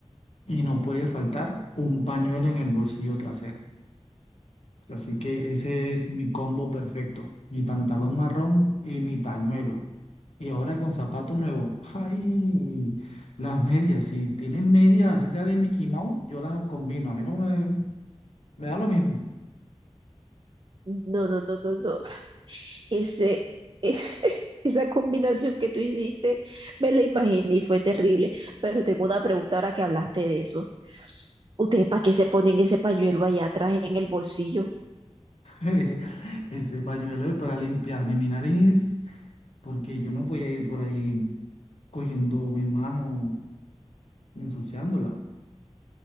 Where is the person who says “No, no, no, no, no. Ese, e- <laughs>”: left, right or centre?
Right